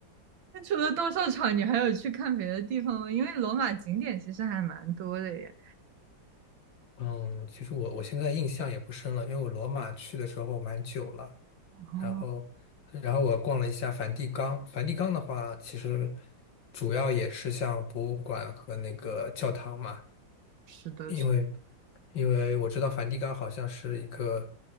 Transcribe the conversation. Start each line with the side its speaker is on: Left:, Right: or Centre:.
Right: 那除了斗兽场，你还有去看别的地方吗？因为罗马景点其实还蛮多的耶。
Left: 嗯，其实我我现在印象也不深了，因为我罗马去的时候蛮久了，
Right: 哦，
Left: 然后然后我逛了一下梵蒂冈。梵蒂冈的话，其实主要也是像博物馆和那个教堂嘛，
Right: 是是。的，
Left: 因为因为我知道梵蒂冈好像是一个